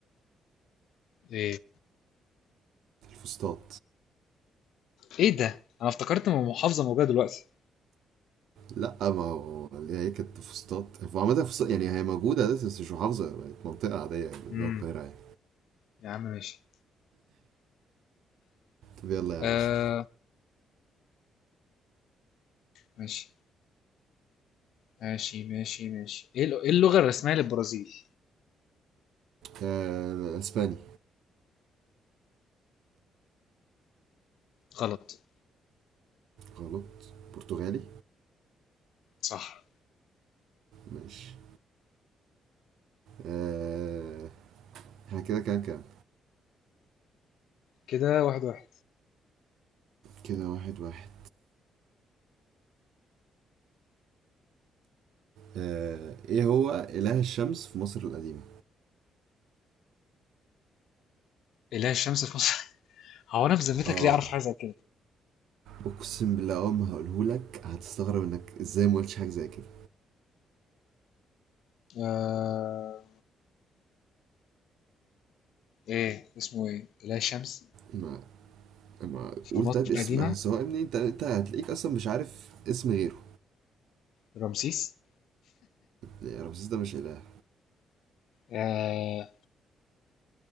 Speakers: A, on the left; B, on the right.
A: إيه
B: فسطاط
A: إيه ده؟ أنا افتكرت من محافظة موجودة دلوقتي
B: لا ما هو اللي هي كانت فسطاط هو عامة فسطاط يعني هي موجودة دلوقتي بس مش محافظة بقت منطقة عادية يعني
A: امم
B: جوه القاهرة يعني
A: يا عم ماشي
B: طب يلا يا
A: آه
B: عم اسأل
A: ماشي ماشي ماشي ماشي ايه الل- إيه اللغة الرسمية للبرازيل؟
B: آه، اسباني
A: غلط
B: غلط برتغالي
A: صح
B: ماشي آه، احنا كده كام كام
A: كده واحد واحد
B: كده واحد واحد آه، ايه هو اله الشمس في مصر القديمة
A: إله الشمس في مصر <laughs> هو أنا في ذمتك
B: اه
A: ليه أعرف حاجة زي كده؟
B: اقسم بالله اول ما هقولهولك هتستغرب انك ازاي ما قلتش حاجة زي كده
A: آه... إيه اسمه إيه؟ إله الشمس
B: ما ما
A: في
B: قول
A: مصر
B: طيب
A: القديمة
B: اسم سواء ابني انت انت هتلاقيك اصلا مش عارف اسم غيره
A: رمسيس
B: ليه رمسيس ده مش إله
A: آه...